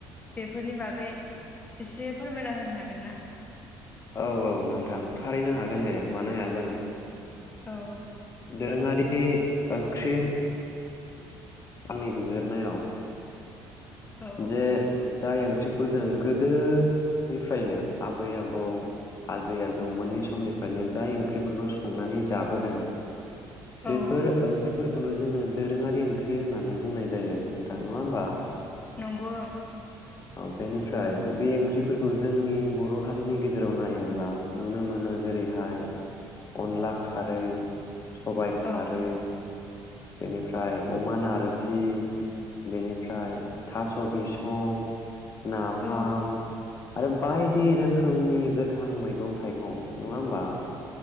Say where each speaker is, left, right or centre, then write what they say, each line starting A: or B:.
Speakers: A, on the left (about 20°); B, on the left (about 35°).
A: बेफोरनि बागै एसे फोरमायना होनो हागोन ना?
B: औ औ नोंथां थारैनो हागोन दे मानो हाया जानो।
A: औ
B: दोरोङारि बे ओंख्रि आंनि बिजिरनायाव
A: औ
B: जे जाय ओंख्रिखौ जों गोदोनिफ्रायनो आबै आबौ आजै आजौ मोननि समनिफ्रायनो जाय ओंख्रिफोरखौ संनानै जाबोदों।
A: औ
B: बेफोर ओंख्रिफोरखौ खौनो जोङो दोरोङारि ओंख्रि होननानै बुंनाय जायो नोंथां नङा होमबा।
A: नंगौ ओं।
B: औ बेनिफ्राय बे ओंख्रिफोरखौ जोंनि बर' हारिनि गेजेराव नायोब्ला नुनो मोनो जेरैहाय अनला खारै सबाय खारै
A: औ
B: बेनिफ्राय अमा नारजि बेनिफ्राय थास' बिसं नाफाम
A: औ
B: आरो बायदि रोखोमनि गोथां मैगं थाइगं नङा होमबा ।